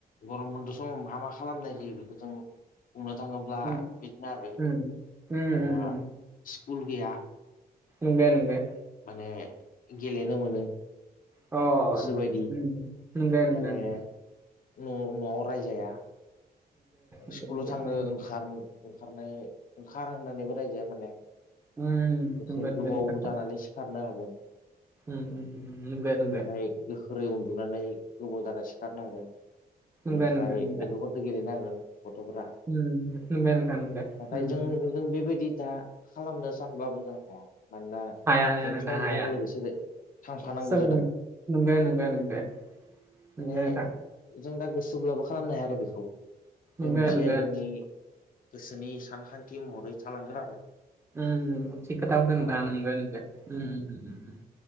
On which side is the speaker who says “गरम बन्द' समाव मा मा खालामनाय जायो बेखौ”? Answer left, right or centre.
Left